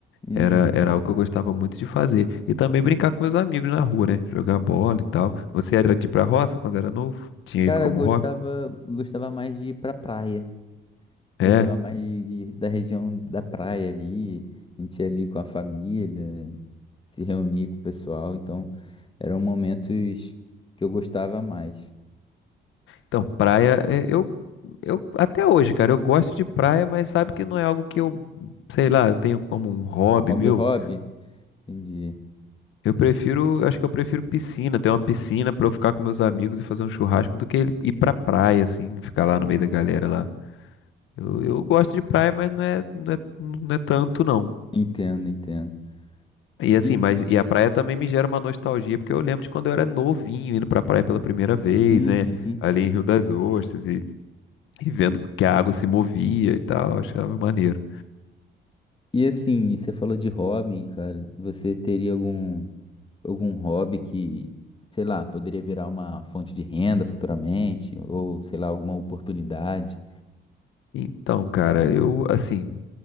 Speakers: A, on the left (about 25°); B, on the left (about 80°).
A: Uhum.
B: Era, era algo que eu gostava muito de fazer. E também brincar com meus amigos na rua, né? Jogar bola e tal. Você era de ir pra roça quando era novo? Tinha
A: Cara,
B: isso como
A: eu gostava,
B: hobby?
A: gostava mais de ir pra praia.
B: É.
A: Gostava mais de, de- da região da praia ali, a gente ia ali com a família, se reunir com o pessoal, então eram momentos que eu gostava mais.
B: Então, praia, é, eu, eu até hoje, cara, eu gosto de praia, mas sabe que não é algo que eu, sei lá, eu tenho como um hobby
A: Como
B: meu.
A: meu hobby? Entendi.
B: Eu prefiro, acho que eu prefiro piscina, ter uma piscina pra eu ficar com meus amigos e fazer um churrasco do que ele ir pra praia, assim, ficar lá no meio da galera lá. Eu, eu gosto de praia, mas não é, não é, não é tanto, não.
A: Entendo, entendo.
B: E assim,
A: E,
B: mas e a praia também me gera uma nostalgia, porque eu lembro de quando eu era novinho indo pra praia pela primeira vez,
A: Uhum.
B: né? Ali em Rio das Ostras e, e vendo que a água se movia e tal, achava maneiro.
A: E assim, você falou de hobby, cara, você teria algum, algum hobby que, sei lá, poderia virar uma fonte de renda futuramente, ou sei lá, alguma oportunidade?
B: Então, cara, eu assim,